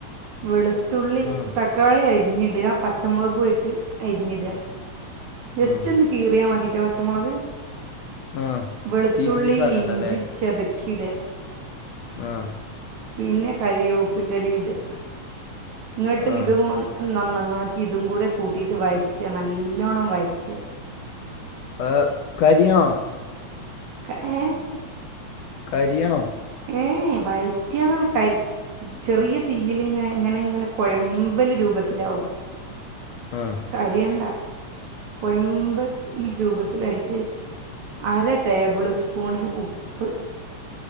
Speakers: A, on the right; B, on the left.
A: വെളുത്തുള്ളി
B: ആ
A: തക്കാളി അരിഞ്ഞിടുക പച്ചമുളകും യേക്ക് അരിഞ്ഞിടുക. ജസ്റ്റ്
B: ആ
A: ഒന്ന് കീറിയാ മതീട്ടോ പച്ചമുളക്
B: ആ
A: വെളുത്തുള്ളി
B: പീസ് പീസ് ആക്കണ്ട
A: ഇഞ്ചി
B: അല്ലേ
A: ചതക്കി ഇടാ
B: ആഹ്
A: പിന്നെ കരിവേപ്പിന്റെ ഇല ഇടുക ഇങ്ങോട്ട്
B: ആ
A: ഇത് കൊ നന്നാക്കി ഇതും കൂടെ കൂട്ടിയിട്ട് വയറ്റുക നല്ലോണ്ണം വയറ്റുക
B: ആഹ് കരിയ
A: ക ഏഹ്
B: കരിയണോ
A: ഏയ് വയറ്റ കരി ചെറിയ തീയിലിങ്ങ ഇങ്ങനെ ഇങ്ങനെ കുഴമ്പലി രൂപത്തിലാവും
B: ആഹ്
A: കരിയണ്ട കൊയമ്പത്തി രൂപത്തിലായിട്ട് അര ടേബിള് സ്പൂണ് ഉപ്പ്